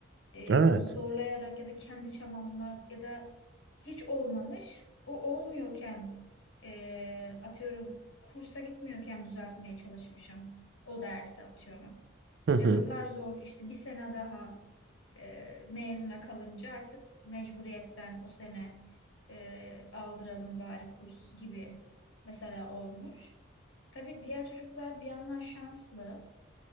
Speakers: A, on the left; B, on the right.
A: e,
B: Evet.
A: zorlayarak ya da kendi çabamla ya da hiç olmamış. O olmuyorken e, atıyorum kursa gitmiyorken düzeltmeye çalışmışım. O dersi atıyorum.
B: Hı hı.
A: Ya da zar zor işte bir sene daha. E, mezuna kalınca artık mecburiyetten o sene e, aldıralım bari kurs gibi mesela olmuş. Tabii diğer çocuklar bir yandan şanslı